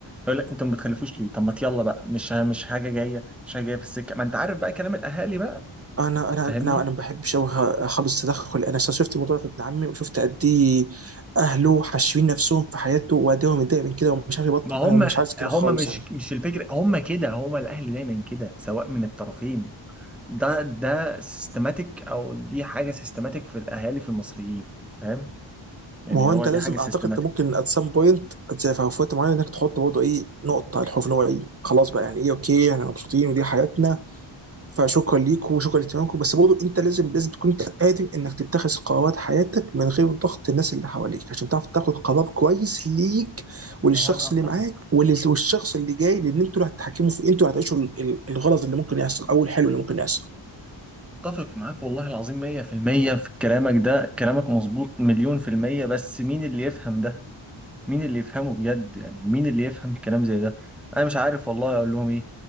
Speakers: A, in the centre; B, on the right (about 30°).
A: هيقول لك انتوا ما بتخلفوش ليه طب ما يلا بقى مش مش حاجه جايه مش حاجه جايه في السكه ما انت عارف بقى كلام الاهالي بقى
B: انا انا
A: فاهمني
B: انا انا ما بحبش أوي اخلص تدخل انا شفت الموضوع ده في ابن عمي وشفت قد ايه اهله حاشرين نفسهم في حياته وقد ايه هو متضايق من كده ومش عارف يبطل
A: ما هم
B: انا مش عايز كده
A: هم
B: خالص
A: مش
B: انا
A: مش الفكره هم كده هم الاهل دايما كده سواء من الطرفين ده ده سيستماتيك او دي حاجه سيستماتيك في الاهالي في المصريين فاهم يعني
B: ما هو
A: هو
B: انت
A: دي
B: لازم
A: حاجه سيستماتيك
B: اعتقد انت ممكن ات سام بوينت في وقت معين انك تحط برضه ايه نقطه على الحروف اللي هو ايه خلاص بقى يعني ايه اوكي احنا مبسوطين ودي حياتنا فشكرا ليكم وشكرا لاهتمامكم بس برضه انت لازم لازم تكون انت قادر انك تتخذ قرارات حياتك من غير ضغط الناس اللي حواليك عشان تعرف تاخد قرار كويس ليك وللشخص
A: ما هو انا اتفق
B: اللي معاك ولل- والشخص اللي جاي لان انتوا اللي هتتحكموا في انتوا اللي هتعيشوا ال- ال- الغلط اللي ممكن يحصل او الحلو اللي ممكن يحصل
A: اتفق معاك والله العظيم 100% في المية في كلامك ده كلامك مظبوط مليون في المية بس مين اللي يفهم ده مين اللي يفهمه بجد يعني مين اللي يفهم الكلام زي ده انا مش عارف والله اقول لهم ايه